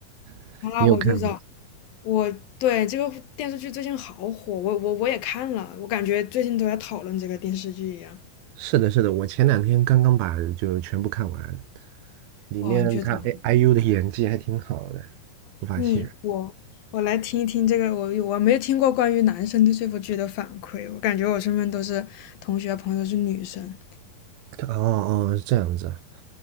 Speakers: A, on the right; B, on the left.
A: <laughs>
B: 啊，
A: 你有看吗？
B: 我就知道，<sniffs> 我对这个电视剧最近好火，我我我也看了，我感觉最近都在讨论这个电视剧一样。
A: 是的，是的，我前两天刚刚把就全部看完，里面他哎
B: 哇，你觉得怎么？
A: I- IU 的演技还挺好的，我发现。
B: 你我我来听一听这个，我我没有听过关于男生对这部剧的反馈，我感觉我身边都是同学朋友是女生。
A: 哦哦，这样子啊。